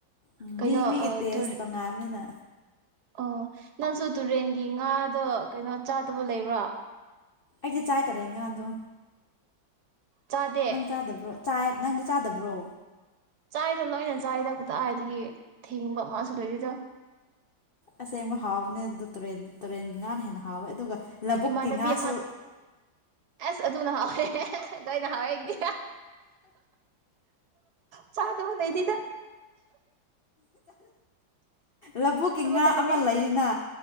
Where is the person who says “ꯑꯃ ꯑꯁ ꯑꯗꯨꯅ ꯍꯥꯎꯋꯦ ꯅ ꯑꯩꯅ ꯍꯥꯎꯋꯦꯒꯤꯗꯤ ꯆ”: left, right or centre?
Right